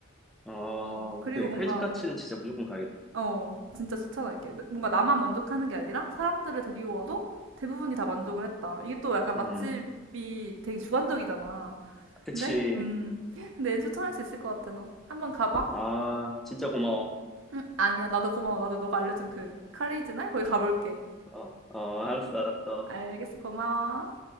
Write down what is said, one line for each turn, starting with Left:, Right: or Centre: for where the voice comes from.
Centre: 아,
Right: 어,
Centre: 오케이.
Right: 그리고 뭔가
Centre: 크레이지 카츠는 진짜 무조건 가야겠다.
Right: 어, 진짜 추천할게. 뭔가 나만 만족하는 게 아니라 사람들을 데리고 와도 대부분이 다 만족을 했다. 이게 또 약간 맛집이
Centre: 음,
Right: 되게 주관적이잖아.
Centre: 그치.
Right: 근데, 음, 근데 얘는 추천할 수 있을 것 같아서. 한번 가봐.
Centre: 아, 진짜 고마워.
Right: 응, 아니야. 나도 고마워. 나도 너가 알려준 그 카리지날 거기 가볼게.
Centre: 어, 어, 알았어, 알았어.
Right: 알겠어. 고마워.